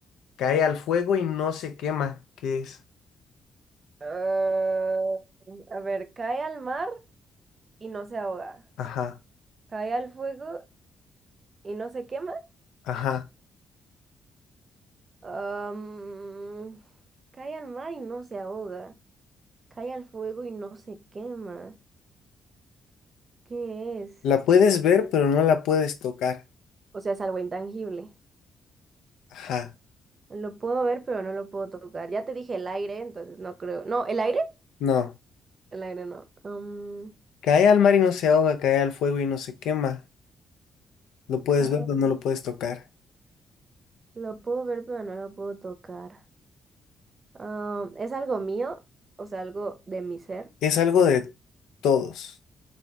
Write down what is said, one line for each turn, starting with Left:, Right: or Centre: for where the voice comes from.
Left: Cae al fuego y no se quema. ¿Qué es?
Right: Ah, a ver, cae al mar y no se ahoga.
Left: Ajá,
Right: Cae al fuego y no se quema.
Left: ajá.
Right: Am, cae al mar y no se ahoga. Cae al fuego y no se quema. ¿Qué es?
Left: La puedes ver, pero no la puedes tocar.
Right: O sea, es algo intangible.
Left: Ajá.
Right: Lo puedo ver, pero no lo puedo tocar. Ya te dije el aire, entonces no creo. No, ¿el aire?
Left: No.
Right: El aire no. Um,
Left: Cae al mar y no se ahoga, cae al fuego y no se quema. Lo puedes
Right: cae-
Left: ver, pero no lo puedes tocar.
Right: lo puedo ver, pero no lo puedo tocar. Um, ¿es algo mío? O sea, algo de mi ser.
Left: Es algo de todos,